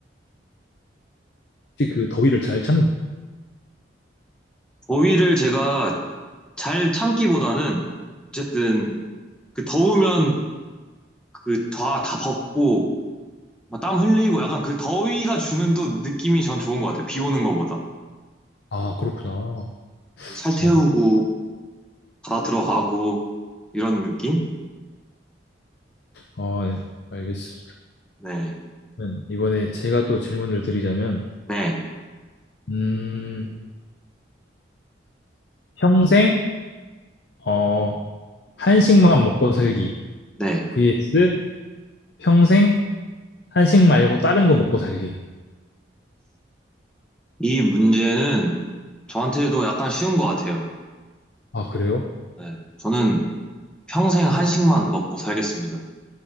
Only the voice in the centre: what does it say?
더위를 제가 잘 참기보다는 어쨌든 그 더우면 그 다, 다 벗고 막땀 흘리고 약간 그 더위가 주는 또 느낌이 전 좋은 것 같아요. 비 오는 것보다.
뭐 살 태우고
바다 들어가고 이런 느낌?
네.
네.
네.
이 문제는 저한테도 약간 쉬운 것 같아요.
네. 저는 평생 한식만 먹고 살겠습니다.